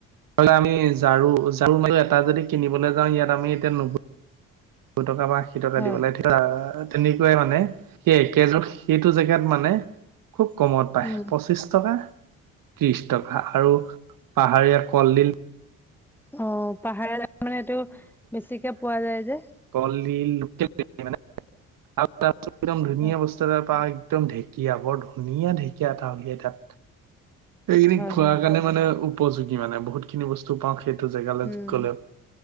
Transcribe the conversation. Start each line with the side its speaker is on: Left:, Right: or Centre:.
Right: আমি ঝাৰু ঝাৰু মান এটা যদি কিনিবলৈ যাওঁ ইয়াত আমি এতিয়া নুব দু টকা বা আশী টকািব
Centre: হয়।
Right: ল থাকে এ তেনেকুৱাই মানে সেই এক সেইটো জেগাত মানে খুব কমত পায়
Centre: উম,
Right: পঁচিশ টকা ত্ৰিশ টকা আৰু পাহাৰীয়া কলডিল
Centre: অ', পাহাৰ মানে এইটো বেছিকে পোৱা যায় যে
Right: কল দিল, <unintelligible> একদম ধুনীয়া
Centre: হয়
Right: বস্তু এটা পায়। একদম ঢেকীয়া, বৰ ধুনীয়া ঢেঁকীয়া এটা উলিয়াই তাত। এইেইখিনি
Centre: হয়
Right: খোৱাৰ
Centre: হয়
Right: কাৰণে, মানে উপযোগী মানে বহুত খিনি বস্তু পাওঁ। সেইটো জে গালে
Centre: উম।
Right: গ'লে